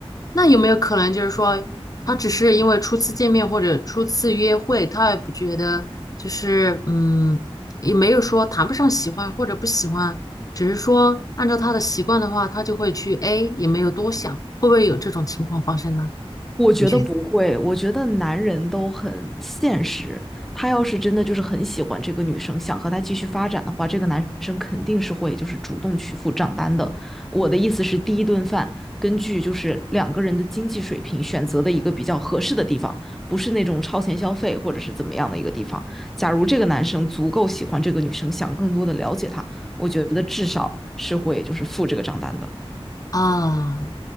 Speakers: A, on the left; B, in the centre.
A: 那有没有可能就是说，他只是因为初次见面或者初次约会，他也不觉得就是嗯，也没有说谈不上喜欢或者不喜欢，只是说按照他的习惯的话，他就会去 A，也没有多想，会不会有这种情况发生呢？
B: 我觉得不会，
A: 你觉得？
B: 我觉得男人都很现实。他要是真的就是很喜欢这个女生，想和她继续发展的话，这个男生肯定是会就是主动去付账单的。我的意思是，第一顿饭根据就是两个人的经济水平选择的一个比较合适的地方，不是那种超前消费或者是怎么样的一个地方。假如这个男生足够喜欢这个女生，想更多的了解她，我觉得至少是会就是付这个账单的。
A: 啊，